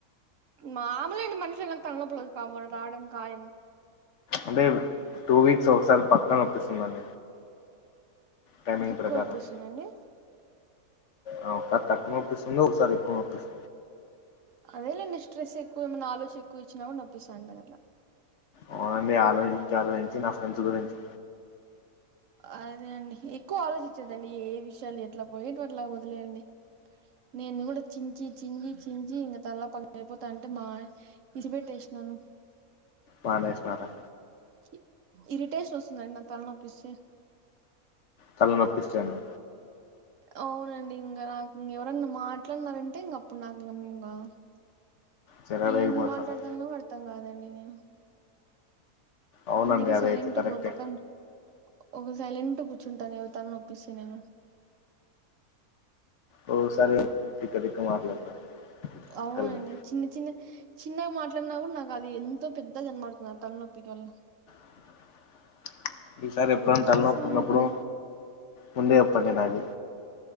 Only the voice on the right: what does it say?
మాములే అండి మనుషులన్నా తలనొప్పులు కబోలు రావడం ఖాయం
ఎక్కువ
నొప్పిస్తుందండి
అదేలేండి స్ట్రెస్ ఎక్కువ ఏమన్న ఆలోచి ఎక్కువ ఇచ్చిన్నొప్పిస్తాంటది అట్ల
అదే అండి ఎక్కువ ఆలోచించదండి ఏ విషయాలు ఎట్లా పోయేటవట్లా వదిలేయండి నేను కూడా చించి చింజి చించి ఇంగ తల్ల పగిలిపోతాంటే మా ఇశి పెట్టేష్నను
ఇ ఇరిటేషన్ వస్తుందండి నాక్ తలనొప్పిసె
అవునండి ఇంగా నాక్ ఇంగేవరన్నా మాట్లానరంటే ఇంగా అప్పుడు నాక్ ఇం ఇంగా
ఏంది మాట్లాడుతాన్నో అర్థం కాదండి నేము
అందుకే
సైలెంట్గ
ఒ పక్కన్ ఒగ సైలెంట్ కూర్చుంటా తలనొప్పిస్తే నేను
అవ్నండి చిన్న చిన్న చిన్నగా మాట్లాడిన కూడా నాకు అది ఎంతో పెద్ద గా వినపడుత అ తలనొప్పికి వల్ల
ఏం
చేస్తామండి
కొంచెం